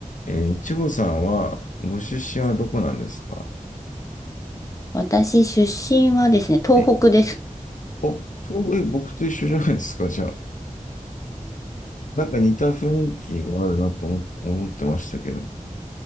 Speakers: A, on the left; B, on the left.
A: えー、千穂さんは、ご出身はどこなんですか
B: 私、出身はですね、東北です。
A: はいお、東え、僕と一緒じゃないですか、じゃあ。なんか似た雰囲気があるなと思、思ってましたけど。